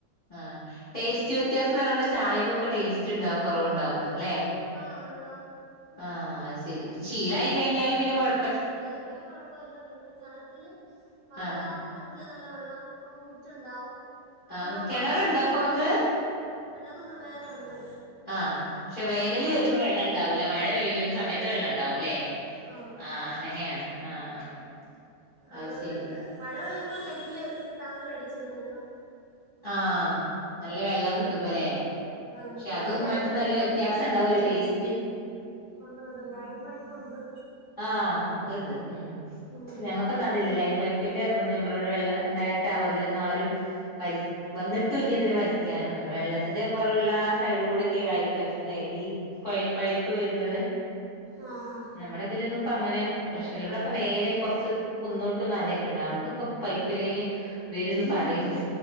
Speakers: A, on the left; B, on the right.
A: ആഹ് ടേസ്റ്റ് വ്യത്യാസെന്ന് പറിയമ്മള് ചായയ്ക്കൊക്കെ ടേസ്റ്റ്ണ്ടാവും കൊറവ്ണ്ടാവുന്ന്ലെ
B: ആഹ് ഇണ്ടാവും
A: ആഹ് അയ് ശരി പിന്നെ ശീലായി കഴിഞ്ഞാല് പിന്നെ കൊഴ
B: മൂന്നാല് കൊല്ലം കൊഴപ്പവില്ല പിന്നെ കെണറ്റില് മഴയാ
A: ആഹ്
B: വുമ്പം കെണറ്റില് നല്ല വെള്ളം ഓഹ് ഊറ്റുണ്ടാവും
A: ആഹ്
B: വെള്ളോം
A: കെണറുണ്ടോ
B: കാണും പക്ഷേ
A: അപ്പൊങ്ങക്ക്
B: ന ആഹ് കെണറ്ത് വേറെയുണ്ട്
A: ആഹ് ക്ഷേ വേനല് വെര്മ്പോ വെള്ളണ്ടാവൂല മഴ പെയ്യുന്ന സമയത്ത് വെള്ളണ്ടാവുലേ
B: ആ
A: ആഹ് അങ്ങനെയാണ് ആഹ് ആഹ് ആഹ്
B: അതോണ്ട്
A: അത് ശെരി
B: കെ മഴ പെയ്യുമ്പോ കെൺറ്റില് ടാങ്കിലടിച്ചിടും വെള്ളം
A: ആഹ് നല്ല വെള്ളം കിട്ടുമ്പലെ?
B: ആ
A: പക്ഷെ
B: പിന്നെ
A: അതും
B: ലൈൻ
A: മറ്റതും
B: പൈപ്പ്
A: നല്ല, വ്യത്യാസണ്ടാവലെ ടേസ്റ്റ്.
B: ഒണ്ടൊണ്ട് ലൈൻ പൈപ്പുണ്ട്.
A: ആഹ് അത്ണ്ട്, ഉം.
B: ഉം.
A: നമ്മക്കൊന്നും അതില്ല ലൈം- പൈപ്പിന്റെ ഇതൊന്നും, നമ്മളിവിടെ വെള്ളം ഇണ്ടായിട്ടാവോ? അതിലൊന്നാരും വലി- വന്നിട്ടുല്ല ഇതിലെ വലിക്യാനൊന്നല്ല, വെള്ളത്തിന്റെ കൊറവ്ള്ളാ സൈഡ് കൂടൊക്യേ കാര്യല്ലേ, ഈ.. കൊയൽപൈപ്പ് വെര്ന്നത്.
B: ആഹ് ആഹ്.
A: നമ്മള ഇതിലൊന്ന ഇപ്പൊ അങ്ങനെ പ്രശ്നല്ല ഇവിടൊക്കെ മേലെ കൊർച്ച് കുന്നോട്ട് മലക്കെണ്ട്- അവിട്ക്കൊക്കെ. പൈപ്പ് ലൈന് വരുന്ന് പറയ്ണ്ട്